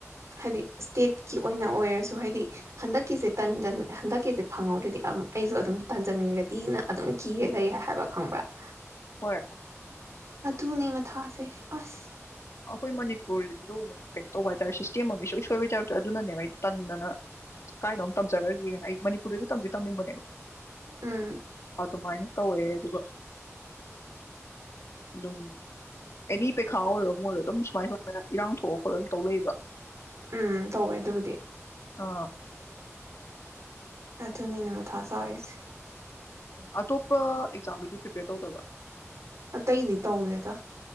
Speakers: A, on the right; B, on the left.
A: ꯍꯥꯏꯗꯤ ꯁꯇꯦꯠ ꯑꯣꯏꯅ ꯑꯣꯏꯔꯁꯨ ꯍꯥꯏꯗꯤ ꯍꯟꯊꯛꯀꯤꯁꯦ ꯇꯟꯖꯟ ꯍꯟꯊꯛꯀꯤꯁꯦ ꯐꯪꯍꯧꯗ꯭ꯔꯥꯗꯤ ꯑꯩꯒꯨ ꯑꯃꯨꯛ ꯇꯟꯖꯟꯒ꯭ꯔꯥꯗꯤꯅ ꯑꯗꯨꯝ ꯀꯤꯔꯥꯒ ꯂꯩꯔꯦ ꯍꯥꯏꯕ꯭ꯔꯥ ꯈꯪꯔ꯭ꯕ ꯥ
B: ꯍꯣꯏ
A: ꯑꯗꯨꯅꯦ ꯃꯥꯊꯥꯁꯦ ꯑꯁ
B: ꯑꯩꯈꯣꯏ ꯃꯅꯤꯄꯨꯔ ꯁꯤꯁꯨ ꯀꯩꯅꯣ ꯇꯧꯕ ꯍꯥꯏꯇꯥꯔꯦ ꯁꯤꯁꯇꯦꯝ ꯑꯃ ꯏꯁꯣꯏ ꯁꯣꯏꯕꯩ ꯇꯥꯏꯞꯇ ꯑꯗꯨꯅꯅꯦ ꯑꯩꯅ ꯇꯟꯗꯅ ꯀꯥꯏꯗꯥ ꯅꯣꯝ ꯇꯝꯖꯒꯒ꯭ꯔꯦꯅ ꯑꯩ ꯃꯅꯤꯄꯨꯔꯗꯗꯤ ꯇꯝꯗꯤ ꯇꯝꯅꯤꯡꯕꯅꯦ
A: ꯎꯝ
B: ꯑꯗꯨꯃꯥꯏ ꯇꯧꯋꯦ ꯑꯗꯨꯒ ꯑꯗꯨꯝ ꯑꯦꯅꯤ ꯄꯩꯈꯥ ꯑꯣꯏꯔꯣ ꯅꯗꯨꯝ ꯁꯨꯃꯥꯏ ꯏꯔꯥꯡ ꯊꯣꯛꯑ ꯈꯣꯠꯂꯒ ꯑꯗꯨꯝ ꯇꯧ ꯂꯩꯕ
A: ꯎꯝ ꯇꯧꯋꯦ ꯑꯗꯨꯕꯨꯗꯤ
B: ꯑ
A: ꯑꯗꯨꯅꯤꯅꯦ ꯃꯥꯊꯥ ꯁꯥꯔꯤꯁꯦ
B: ꯑꯇꯣꯞꯄ ꯑꯦꯛꯖꯥꯛꯒꯤꯗꯤ ꯄ꯭ꯔꯤꯄꯦꯌꯔ ꯇꯧꯗꯕ꯭ꯔꯥ
A: ꯑꯇꯩꯗꯤ ꯇꯧꯗꯦꯗ